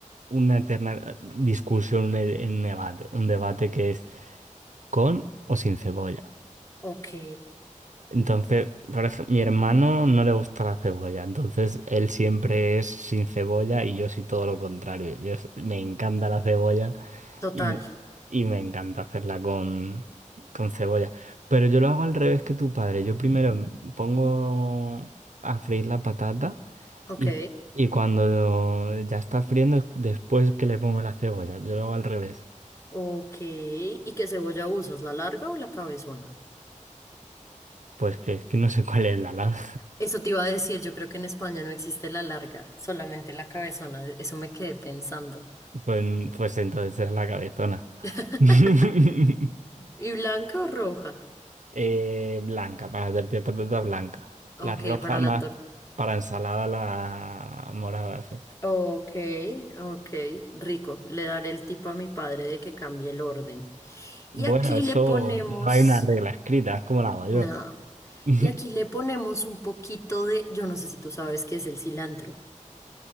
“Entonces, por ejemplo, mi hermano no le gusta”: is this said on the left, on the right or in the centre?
Right